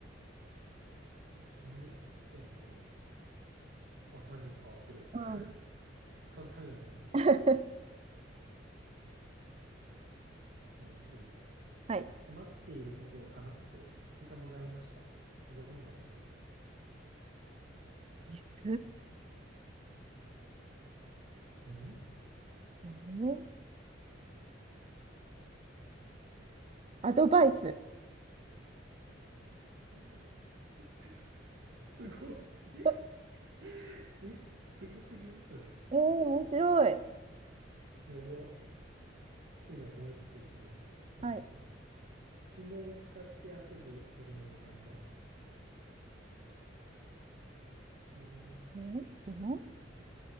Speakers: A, on the right (about 65°); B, on the right (about 35°).
A: んえー答え見てみよう。あ、3人。あ、合ってるわ。
B: うん。
A: <laughs> 簡単や、めっちゃ。
B: <laughs>
A: えー次。
B: はい。
A: 困っていることを話すと、椅子がもらえました。どんな椅子
B: 椅
A: ん
B: 子アドバイス。
A: <gasps> 絶対そうや。すごい。
B: え
A: え <laughs> え、すごすぎんそれ。
B: ー、面白い。
A: やば。え、じゃあもう一個いきます。えー、
B: はい。
A: 紐を使って遊ぶ鳥の名前は紐。
B: ん紐